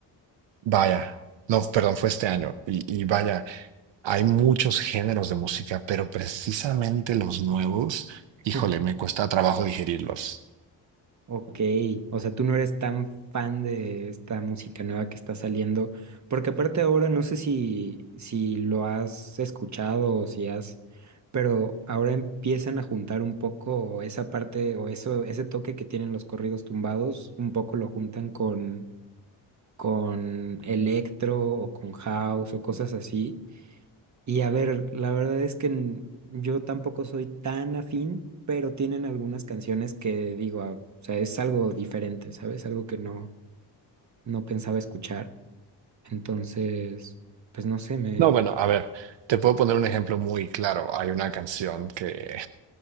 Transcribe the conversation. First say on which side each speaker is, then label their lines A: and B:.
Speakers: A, on the right (about 80°); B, on the right (about 40°).
A: Vaya, no, perdón, fue este año. Y, y vaya, hay muchos géneros de música, pero precisamente los nuevos,
B: <laughs>
A: híjole, me cuesta trabajo digerirlos.
B: Ok, o sea, tú no eres tan fan de esta música nueva que está saliendo, porque aparte ahora no sé si, si lo has escuchado o si has, pero ahora empiezan a juntar un poco esa parte o eso, ese toque que tienen los corridos tumbados, un poco lo juntan con con electro o con house o cosas así. Y a ver, la verdad es que n- yo tampoco soy tan afín, pero tienen algunas canciones que digo, ah, o sea, es algo diferente, ¿sabes? Algo que no, no pensaba escuchar. Entonces, pues no sé, me...
A: No, bueno, a ver, te puedo poner un ejemplo muy claro. Hay una canción que,